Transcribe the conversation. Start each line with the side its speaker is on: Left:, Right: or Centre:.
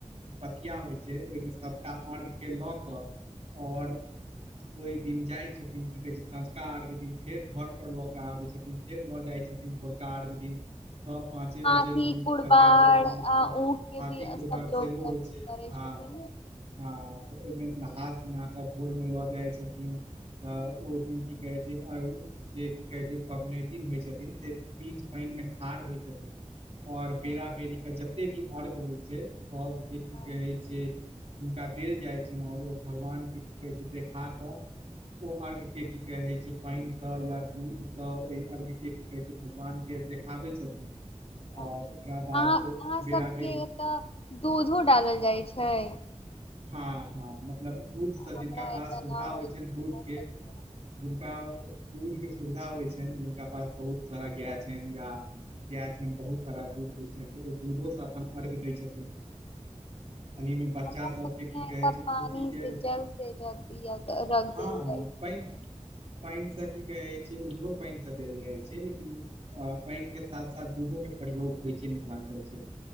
Right: पथिया होय छै, ओय मे सबटा अर्घ के लऽ कऽ और ओय दिन जाय छथिन की कहै छै सँझका अर्घ दिन फेर घर पर लऽ कऽ आबै छथिन, फेर लऽ जाय छथिन भोरका अर्घ दिन। तब पाँचे
Left: हाथी
Right: बजे उठि
Left: कुड़बार
Right: चाइरे बजेमे उइठ
Left: आ
Right: कऽ
Left: ऊख के
Right: हाथी
Left: भी
Right: कुरबार
Left: सब लोग
Right: सेहो
Left: करै
Right: होइ छै
Left: छथिन
Right: हँ सँ।
Left: ने।
Right: तऽ ओ ओहिमे नहा-सुना कऽ भोरमे लऽ जाइ छथिन, त ओ दिन की कहै छै अ जे की कहे छै पबनैतिन होइ छथिन, से बीच पाइनमे ठाढ़ होइ छथिन और बेरा
Left: हूँ,
Right: बेेरीके जत्तेक ई अर्घ होइ छै सबके की
Left: हँ,
Right: कहै छै हुनका देल जाइत छनि आओर ओ भगवानके की कहैत छै देखा कऽ, ओ अर्घ्यके की कहैत छै, पानिसँ या दूधसँ ओहि अर्घ्यके की कहैत छै भगवानके देखाबै छथिन।
Left: अच्छा।
Right: और ओकरा बाद
Left: अहाँ
Right: ओ
Left: अहाँ सबके
Right: बेरा बेरी
Left: एतय दूधो डालल जाइ छै? <unintelligible>
Right: हँ हँ, मतलब दूधसँ
Left: हमरा
Right: जिनका पास
Left: एतऽ
Right: सुविधा
Left: न
Right: होइ
Left: छै
Right: छनि दूधके,
Left: हमरा सबके यहाँ।
Right: जिनका दूधके सुविधा होइ छनि जिनका पास बहुत सारा गाए छनि या गाए छनि, बहुत सारा दूध होइ छनि, तऽ ओ दूधोसँ अपन अर्घ्य दै छथिन। एहीमे बच्चा
Left: हमरा
Right: स्- सबके की
Left: यहाँ
Right: कहै
Left: एतऽ
Right: छै खुशीके,
Left: पानी से जल से रख दिय रख
Right: हँ
Left: देल
Right: हँ,
Left: जाइ छै
Right: पाइन पाइन तऽ की कहै छै ओहो पानिसे देल जाइ छै, लेकिन अ पानिके साथ साथ दूधोके प्रयोग होइ छै मिथिलांचल क्षेत्रमे।